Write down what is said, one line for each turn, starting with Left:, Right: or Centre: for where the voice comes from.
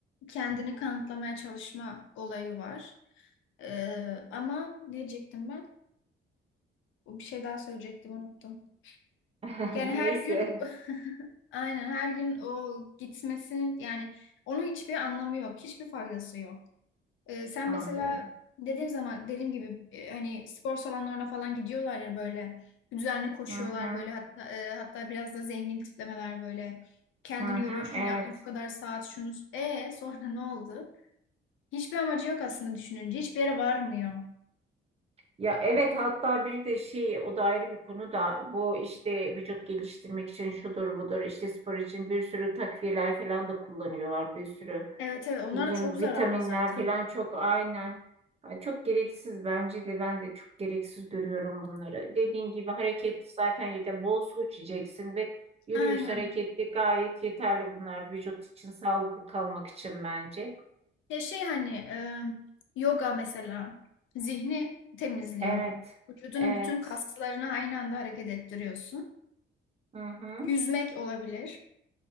Left: kendini kanıtlamaya çalışma olayı var. Ee, ama ne diyecektim ben? Bir şey daha söyleyecektim unuttum.
Right: <laughs>
Left: Yani
Right: Neyse
Left: her gün <laughs> aynen her gün o gitmesinin yani onun hiçbir anlamı yok. Hiçbir faydası yok. Ee, sen
Right: anlıyorum.
Left: mesela dediğim zaman dediğim gibi e, hani spor salonlarına falan gidiyorlar ya böyle düzenli koşuyorlar
Right: Hı hı.
Left: böyle hatta, e, hatta biraz da zengin tiplemeler böyle kendini
Right: Hı hı,
Left: yoruyor şunu
Right: evet.
Left: yaptın şu kadar saat şunu e sonra ne oldu? Hiçbir amacı yok aslında düşününce hiçbir yere varmıyor.
Right: Ya evet hatta bir de şey o da ayrı bir konu da bu işte vücut geliştirmek için şudur budur işte spor için bir sürü takviyeler falan da kullanıyorlar bir sürü
Left: Evet evet onlar
Right: ne bileyim
Left: da çok zararlı
Right: vitaminler
Left: zaten.
Right: falan çok aynen Yani çok gereksiz bence de ben de çok gereksiz görüyorum bunları. Dediğin gibi hareket zaten yeter bol su içeceksin ve yürüyüş
Left: Aynen.
Right: hareketli gayet yeterli bunlar vücut için sağlıklı kalmak için bence.
Left: Ya şey hani e, yoga mesela zihni temizliyor.
Right: Evet
Left: Vücudunun
Right: evet.
Left: bütün kaslarını aynı anda hareket ettiriyorsun.
Right: Hı hı.
Left: Yüzmek olabilir.